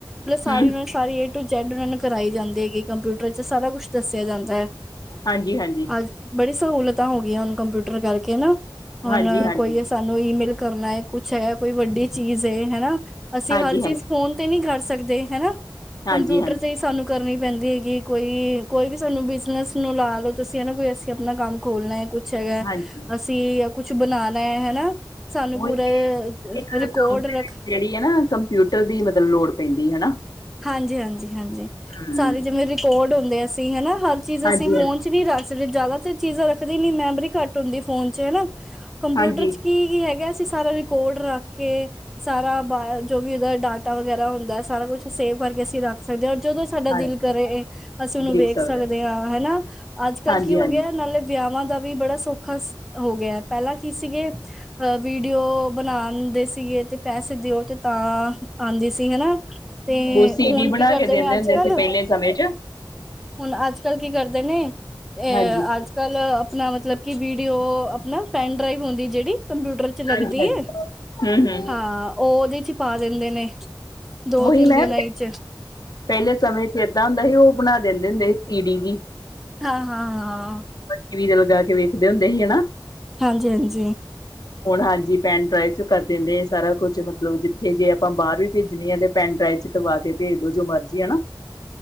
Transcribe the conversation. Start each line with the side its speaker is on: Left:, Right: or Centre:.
Centre: ਮਤਲਬ ਸਾਰੀ
Left: ਹਮ
Centre: ਉਹਨਾਂ ਨੂੰ ਸਾਰੀ ਏ ਟੂ ਜੈੱਡ ਉਹਨਾਂ ਨੂੰ ਕਰਵਾ ਜਾਂਦੀ ਹੈਗੀ ਕੰਪਿਊਟਰ ਚ ਸਾਰਾ ਕੁਛ ਦੱਸਿਆ ਜਾਂਦਾ ਹੈ।
Left: ਹਾਂਜੀ, ਹਾਂਜੀ।
Centre: ਅੱਜ ਬੜੀ ਸਹੂਲਤਾਂ ਹੋ ਗਈਆਂ ਹੁਣ ਕੰਪਿਊਟਰ ਕਰਕੇ ਹਨਾ ਹੁਣ
Left: ਹਾਂਜੀ ਹਾਂਜੀ
Centre: ਕੋਈ ਸਾਨੂੰ ਈਮੇਲ ਕਰਨਾ ਹੈ ਕੁਛ ਹੈ ਕੋਈ ਵੱਡੀ ਚੀਜ਼ ਏ ਹਨਾ ਅਸੀਂ
Left: ਹਾਂਜੀ
Centre: ਹਰ ਚੀਜ਼
Left: ਹਾਂਜੀ
Centre: ਫੋਨ ਤੇ ਨਹੀਂ ਕਰ ਸਕਦੇ ਹਨਾ ਕੰਪਿਊਟਰ
Left: ਹਾਂਜੀ ਹਾਂਜੀ
Centre: ਤੇ ਹੀ ਸਾਨੂੰ ਕਰਨੀ ਪੈਂਦੀ। ਕਿ ਕੋਈ, ਕੋਈ ਵੀ ਸਾਨੂੰ ਬਿਜਨਸ ਨੂੰ ਲਾ ਲਓ ਤੁਸੀਂ ਹਨ ਨਾ ਕੋਈ ਅਸੀਂ ਆਪਣਾ ਕੰਮ ਖੋਲਣਾ ਹੈ ਕੁ ਅੱਛਾ ਹੈਗਾ
Left: ਹਾਂਜੀ
Centre: ਅਸੀਂ ਕੁਛ ਬਣਾ ਲ ਹੈ ਹਨਾ ਸਾਨੂੰ
Left: ਉਹੀ
Centre: ਪੂਰਾ
Left: ਇੱਕ
Centre: ਰਿਕਾਰਡ
Left: ਕੰਮ ਦੇ ਵਿੱਚ
Centre: ਰੱਖ
Left: ਜਿਹੜੀ ਹੈ ਨਾ ਕੰਪਿਊਟਰ ਦੀ ਮਤਲਬ ਲੋੜ ਪੈਂਦੀ ਹਨਾ
Centre: ਹਾਂਜੀ, ਹਾਂਜੀ, ਹਾਂਜੀ
Left: ਹਮ
Centre: ਸਾਰੇ ਜਿਵੇਂ ਰਿਕੋਰਡ ਹੁੰਦੇ ਅਸੀਂ ਹਨਾ ਹਰ ਚੀਜ਼ ਅਸੀਂ
Left: ਹਾਂਜੀ
Centre: ਫੋਨ
Left: ਹਾਂਜੀ
Centre: ਚ ਵੀ ਰੱਖ ਜਿਆਦਾ ਤੇ ਚੀਜ਼ਾਂ ਰੱਖਦੀ ਨੀ ਮੈਮੋਰੀ ਘਟ ਹੁੰਦੀ ਫੋਨ ਚ ਹਨਾ ਕੰਪਿਊਟਰ
Left: ਹਾਂਜੀ
Centre: ਚ ਕੀ ਕੀ ਹੈਗਾ ਅਸੀਂ ਸਾਰਾ ਰਿਕਾਰਡ ਰੱਖ ਕੇ ਸਾਰਾ ਬ ਜੋ ਵੀ ਉਹਦਾ ਡਾਟਾ ਵਗੈਰਾ ਹੁੰਦਾ ਸਾਰਾ ਕੁਛ ਸੇਵ ਕਰਕੇ ਅਸੀਂ ਰੱਖ ਸਕਦੇ ਹਾਂ। ਜਦੋਂ ਸਾਡਾ
Left: ਹਾਂਜੀ
Centre: ਦਿਲ ਕਰੇ ਅਸੀਂ ਉਹਨੂੰ
Left: ਦੇਖ
Centre: ਵੇਖ ਸਕਦੇ
Left: ਨੇ
Centre: ਹਾਂ ਹਨਾ ਅੱਜ ਕੱਲ੍ਹ
Left: ਹਾਂਜੀ
Centre: ਕੀ ਹੋ
Left: ਹਾਂਜੀ
Centre: ਗਿਆ ਨਾਲੇ ਵਿਆਹਵਾਂ ਦਾ ਵੀ ਬੜਾ ਸੌਖਾ ਹੋ ਗਿਆ ਪਹਿਲਾਂ ਕੀ ਸੀਗੇ ਵੀਡੀਓ ਬਣਾਉਂਦੇ ਸੀਗੇ, ਤੇ ਪੈਸੇ ਦਿਓ ਤੇ ਤਾਂ ਆਉਂਦੀ ਸੀ ਹਨਾ। ਤੇ
Left: ਉਹ ਸੀਡੀ
Centre: ਹੁਣ
Left: ਬਣਾ
Centre: ਕੀ ਕਰਦੇ
Left: ਕੇ ਦਿੰਦੇ
Centre: ਨੇ ਅੱਜ
Left: ਹੁੰਦੇ
Centre: ਕੱਲ
Left: ਸੀ ਪਹਿਲੇ ਸਮੇਂ ਚ
Centre: ਹੁਣ ਅੱਜ ਕੱਲ੍ਹ ਕੀ ਕਰਦੇ ਨੇ ਅ
Left: ਹਾਂਜੀ
Centre: ਅੱਜ ਕੱਲ ਆਪਣਾ ਮਤਲਬ ਕਿ ਵੀਡੀਓ ਆਪਣਾ ਪੈਨ ਡਰਾਈਵ ਹੁੰਦੀ ਜਿਹੜੀ ਕੰਪਿਊਟਰ ਚ ਲੱਗਦੀ
Left: ਹਾਂਜੀ ਹਾਂਜੀ
Centre: ਹੈ
Left: ਹਮ ਹਮ
Centre: ਹਾਂ। ਉਹ ਉਹਦੇ ਚ ਪਾ ਦਿੰਦੇ ਨੇ ਦੋ
Left: ਉਹੀ
Centre: ਤਿੰਨ
Left: ਮੈਂ
Centre: ਦਿਨਾਂ ਵਿਚ
Left: ਪਹਿਲੇ ਸਮੇਂ ਚ ਏਦਾਂ ਹੁੰਦਾ ਸੀ, ਉਹ ਬਣਾ ਦਿੰਦੇ ਹੁੰਦੇ ਸੀ ਪੀਡੀ ਜੀ
Centre: ਹਾਂ, ਹਾਂ, ਹਾਂ
Left: ਟੀ ਵੀ ਜਦੋਂ ਜਾ ਕੇ ਵੇਖਦੇ ਹੁੰਦੇ ਸੀ ਹਨਾ।
Centre: ਹਾਂਜੀ, ਹਾਂਜੀ।
Left: ਹੁਣ ਹਾਂਜੀ, ਪੈਨ ਡਰਾਈਵ ਚ ਕਰ ਦਿੰਦੇ ਆ ਸਾਰਾ ਕੁੱਝ ਮਤਲਬ ਜਿੱਥੇ ਜੇ ਆਪਾਂ ਬਾਹਰ ਵੀ ਭੇਜਣੀ ਆ, ਤੇ ਪੈਨ ਡਰਾਈਵ ਚ ਕਰਵਾ ਕੇ ਭੇਜ ਦੋ ਜੋ ਮਰਜ਼ੀ ਹਨਾ।